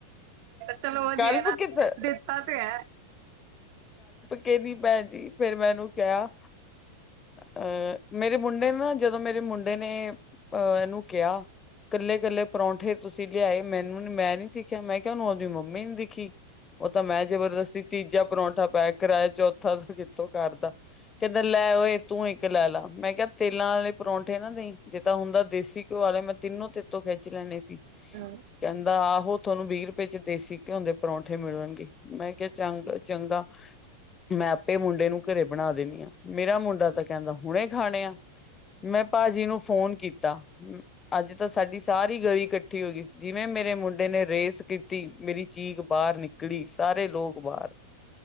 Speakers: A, on the right; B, on the left.
A: ਚਲੋ ਵਧੀਆ
B: ਕਲਪ
A: ਨਾ
B: ਕਿੱਥੇ
A: ਦਿੱਤਾ ਤੇ ਐ।
B: ਕਿੰਹਦੀ ਭੈਣ ਜੀ ਫੇਿਰ ਮੈਂਨੂੰ ਕਿਹਾ। ਅਹ ਮੇਰੇ ਮੁੰਡੇ ਨੇ ਨਾ ਜਦੋਂ ਮੇਰੇ ਮੁੰਡੇ ਨੇ ਅਹ ਇਹਨੂੰ ਕਿਹਾ। ਇਕੱਲੇ ਇਕੱਲੇ ਪਰੌਂਠੇ ਤੁਸੀਂ ਲਿਆਏ ਮੈਨੂੰ ਮੈਂ ਨੀ ਦਿਖਿਆ ਮੈਂ ਕਿਹਾ ਉਹਨੂੰ ਉਹਦੀ ਮੰਮੀ। ਨੀ ਦਿਖੀ ਉਹ ਤਾਂ ਮੈਂ ਜਬਰਦਸਤੀ ਤੀਜਾ ਪਰੌਂਠਾ ਪੈਕ ਕਰਾਏਆ ਚੌਥਾ ਦਾ ਕਿੱਥੋਂ ਘਰ ਦਾ ਕਹਿੰਦਾ ਲੈ ਓਏ। ਤੂੰ ਇੱਕ ਲੈ ਲਾ ਮੈਂ ਕਿਹਾ ਤੇਲਾਂ ਵਾਲੇ ਪਰੌਂਠੇ ਨਾ ਦੇਈ ਜੇ ਤਾਂ ਹੁੰਦਾ ਦੇਸੀ ਘਿਓ ਵਾਲੇ ਮੈਂ ਤਿੰਨੋ ਤੋਂ ਖਿੱਚ ਲੈਣੇ ਸੀ।
A: ਹਮ
B: ਕਹਿੰਦਾ ਆਹੋ ਤੁਹਾਨੂੰ ਵੀਹ ਰੁਪਏ ਚ ਦੇਸੀ ਘਿਓ ਦੇ ਪਰੌਂਠੇ ਮਿਲਣਗੇ ਮੈਂ ਕਿਹਾ ਚੰਗਾ ਚੰਗਾ। ਮੈਂ ਆਪੇ ਮੁੰਡੇ ਨੂੰ ਘਰੇ ਬਣਾ ਦਿੰਦੀ ਹਾਂ ਮੇਰਾ ਮੁੰਡਾ ਤਾਂ ਕਹਿੰਦਾ ਹੁਣੇ ਖਾਣੇ ਆ ਮੈਂ ਭਾਜੀ ਨੂੰ ਫੋਨ ਕੀਤਾ। ਅੱਜ ਤਾਂ ਸਾਡੀ ਸਾਰੀ ਗਲੀ ਇਕੱਠੀ ਹੋ ਗਈ ਜਿਵੇਂ ਮੇਰੇ ਮੁੰਡੇ ਨੇ ਰੇਸ ਕੀਤੀ ਮੇਰੀ ਚੀਕ ਬਾਹਰ ਨਿਕਲ ਗਲੀ ਸਾਰੇ ਲੋਕ ਬਾਹਰ